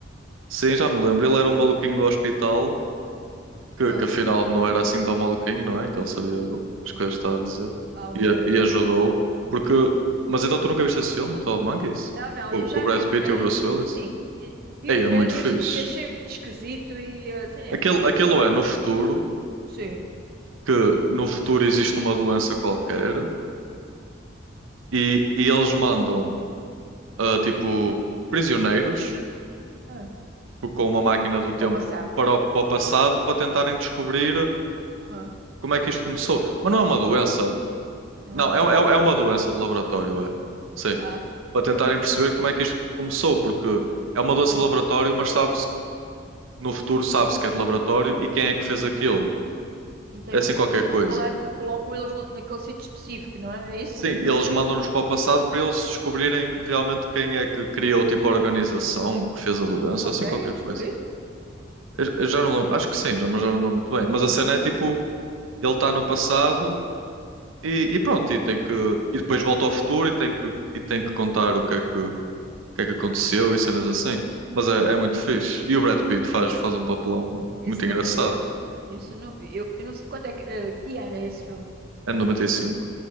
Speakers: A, on the right; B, on the right.
A: Sim, já me lembro. Ele era um maluquinho do hospital, que,
B: Ah,
A: que afinal não era assim tão maluquinho, não é? Que ele sabia o- as coisas que estava a dizer.
B: ah, ok,
A: E, a-
B: está
A: e ajudou.
B: bem.
A: Porque. Mas então tu nunca viste esse filme, o 12 Monkeys?
B: Não, não,
A: Com,
B: eu já
A: com o Brad
B: vi o
A: Pitt
B: trailer,
A: e o Bruce Willis?
B: sim, e- vi
A: Ei,
B: o trailer
A: é muito fixe.
B: e ach- e achei muito esquisito e eh, sei lá,
A: Aquele,
B: não
A: aquele
B: estou para ver.
A: é no futuro.
B: Sim,
A: que no futuro existe uma doença qualquer e, e eles mandam ah, tipo prisioneiros
B: ah,
A: por- com uma máquina do tempo
B: para o passado.
A: para o, para o passado para tentarem descobrir
B: Ah,
A: como é que isto começou. Mas não é uma doença.
B: não
A: Não,
B: é
A: é,
B: meu Deus,
A: é, é uma doença de laboratório,
B: é meu Deus.
A: é. Sim.
B: Ah,
A: Para tentarem perceber como é que isto começou, porque é uma doença
B: hum,
A: de laboratório, mas sabe-se, no futuro sabe-se que é de laboratório e quem é que fez
B: sim.
A: aquilo.
B: Então
A: É
B: eles,
A: assim qualquer
B: mas eles
A: coisa.
B: colocam, colocam eles no- naquele sítio específico, não é? É isso?
A: Sim, e eles mandam-nos para o passado para eles descobrirem realmente quem é que criou tipo a organização que fez a doença,
B: E conseguem
A: assim qualquer
B: descobrir?
A: coisa. Eu, eu já não lembro, acho que sim, já, mas já não lembro muito bem. Mas a cena é tipo, ele está no passado e, e pronto, e tem que e depois volta ao futuro e tem que e tem que contar o que é que, o que é que aconteceu e cenas assim. Mas é, é muito fixe. E o Brad Pitt faz faz um papelão
B: Esse
A: muito engraçado.
B: não vi. Esse eu não vi. Eu, eu não sei quando é que, eh, que ano é esse filme?
A: É de 95.